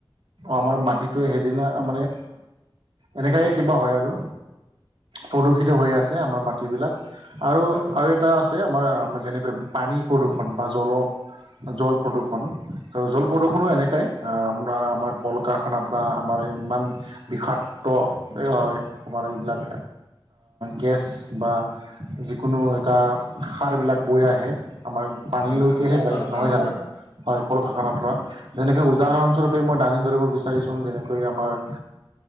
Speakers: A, on the right; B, on the left.
A: আমাৰ মাটিটোৱে সেইদিনা মানে এনেকাইে কিবা হয়, আৰু প্ৰদূষিত হৈ আছে আমাৰ মাটিবিলাক। আৰু
B: হয়,
A: আৰু, এটা আমাৰ যেনেকৈ পানী প্ৰদূৰষণ বা জল, জল প্ৰদূৰষণ। ত জল
B: হয়,
A: প্ৰদূষণো এনেকাই, আপোনাৰ আমাৰ কল কাৰখানাৰ পৰা আমাৰ ইমান বিষাক্ত হয় আমাৰ এইবিলাক গেছ বা যিকোনো এটা সাৰবিলাক বৈ আহে, আমাৰ পানী
B: হয়,
A: লৈকেহে
B: হয়, কল
A: যায়
B: কাৰখানাবোৰে
A: নহয় জানো হয়, কল কাৰখানাৰ পৰা যেনেকে উদাহৰণস্বৰূপে
B: উম,
A: মই দাঙ ধৰিব বিচাৰিছোঁ যেনেকৈ আমাৰ